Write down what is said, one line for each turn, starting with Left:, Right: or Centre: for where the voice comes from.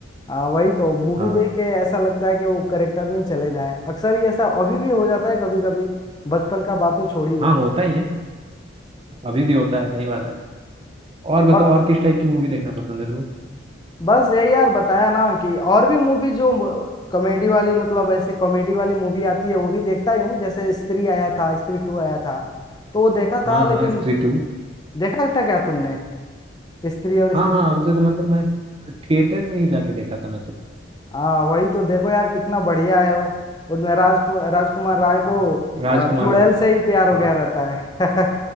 Left: हाँ वही तो मूवी
Right: हाँ
Left: देख के ऐसा लगता है कि वो करेक्टर में ही चले जाएं अक्सर ही ऐसा अभी भी हो जाता है कभी कभी बचपन का बात तो छोड़ ही दो
Right: हाँ होता ही है अभी भी होता है सही बात है और बताओ
Left: और
Right: और किस टाइप की मूवी देखना पसंद है तुम्हें
Left: बस यही यार बताया ना कि और भी मूवी जो कॉमेडी वाली मतलब ऐसे कॉमेडी वाली मूवी आती है वो भी देखता ही हूँ जैसे स्त्री आया था स्त्री टू आया था तो वो देखा
Right: हाँ
Left: था लेकिन
Right: हाँ स्त्री टू
Left: देखा था क्या तुमने स्त्री और
Right: हाँ
Left: स्त्री
Right: हाँ
Left: टू
Right: उसे तो मतलब मैं थिएटर में ही जाके देखा था मैं तो
Left: हाँ वही तो देखो यार कितना बढ़िया है वो उनमें राज राजकुमार
Right: हाँ
Left: राय को
Right: राजकुमार
Left: अ, चुड़ैल
Right: राव
Left: से ही प्यार हो
Right: हाँ
Left: गया रहता है <laughs>